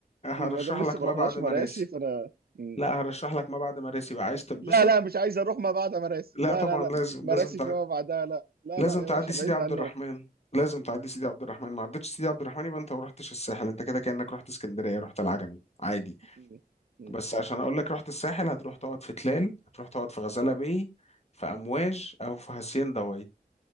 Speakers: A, on the left; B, on the right.
A: هرشح
B: ما دام لسه
A: لك
B: ما
A: ما
B: رحناش
A: بعد مراسي
B: مراسي فانا مم.
A: لا هرشح لك ما بعد مراسي بقى عايز تتبسط
B: لا لا مش عايز اروح ما بعد مراسي
A: لا
B: لا
A: طبعا
B: لا لا
A: لازم
B: مراسي
A: لازم
B: فيما بعدها لا لا
A: لازم
B: لا يا
A: تعدي
B: باشا
A: سيدي
B: بعيدنا
A: عبد
B: عنه
A: الرحمن لازم تعدي سيدي عبد الرحمن ما عدتش سيدي عبد الرحمن يبقى انت ما رحتش الساحل انت كده كأنك رحت اسكندرية رحت العجمي عادي
B: مم. مم.
A: بس عشان اقول لك رحت الساحل هتروح تقعد في تلال هتروح تقعد في غزالة باي في امواج او في هاسيندا وايت